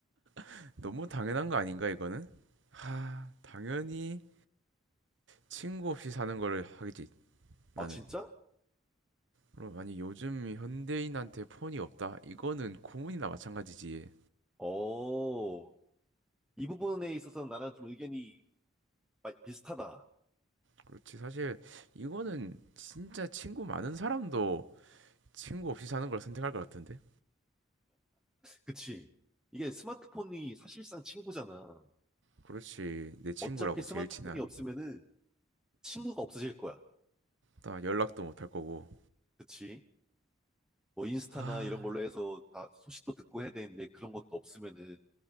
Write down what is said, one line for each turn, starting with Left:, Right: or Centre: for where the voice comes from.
Right: <laughs> 너무 당연한 거 아닌가, 이거는? 하, 당연히 친구 없이 사는 거를 하겠지, 나는.
Centre: 아, 진짜?
Right: 그럼, 아니, 요즘 현대인한테 폰이 없다? 이거는 고문이나 마찬가지지.
Centre: 오. 이 부분에 있어서는 나랑 좀 의견이 마- 비슷하다.
Right: 그렇지, 사실, 이거는 진짜 친구 많은 사람도 친구 없이 사는 걸 선택할 것 같은데?
Centre: 그치. 이게 스마트폰이 사실상 친구잖아.
Right: 그렇지, 내 친구라고
Centre: 어차피 스마트폰이
Right: 제일 친한.
Centre: 없으면은 친구가 없어질 거야.
Right: 나 연락도 못 할 거고.
Centre: 그치? 뭐 인스타나
Right: 아,
Centre: 이런 걸로 해서 다 소식도 듣고 해야 되는데 그런 것도 없으면은